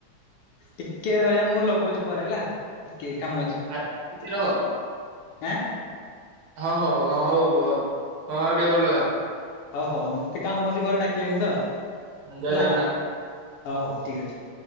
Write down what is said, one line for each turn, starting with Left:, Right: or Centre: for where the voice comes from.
Left: ଟିକେ ରହିଯା ମୁଁ ଲଗଉଚି ପରେ ହେଲା ଟିକେ କାମ ଅଛି।
Right: ଆ ଟି କେ ରହ।
Left: ଆଁ।
Right: ହଁ -ହଉ- ହଁ -ହଉ -ହଉ- ହଁ ଆଉ ଟିକେ ପରେ ଲଗା।
Left: ହଁ- ହଉ ଟିକେ କାମ ଅଛି ଘରେ ଡାକିଲେଣି ତ
Right: ହୁଁ ଜୟ
Left: ହେଲା।
Right: ଜଗନ୍ନାଥ।
Left: ହଁ- ହଉ ଠିକ୍ ଅଛି।